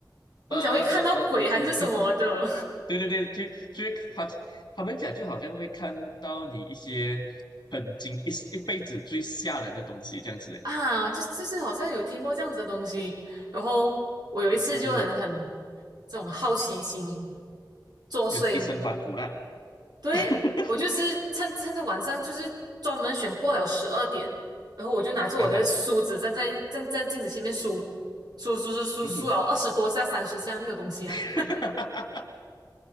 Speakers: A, on the right (about 65°); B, on the left (about 65°).
A: 我们讲会看到鬼还是什么的。
B: 呃呃，我我听过，对对对，就就是他他们讲就好像会看到你一些很惊一一辈子最吓人的东西这样子，
A: 啊，就就是好像有听过这样子的东西。然后我有一次就很很
B: 嗯，嗯，
A: 这种好奇心作祟，
B: 就是一身反骨啦
A: 呃对，
B: <laughs>，
A: 我就是趁趁着晚上，就是专门选过了十二点，然后我就拿着我的梳子站在站站镜子前面梳梳梳梳梳梳了二十多下、
B: 哈哈，嗯哼，
A: 三十下，没有东西啊，
B: <laughs>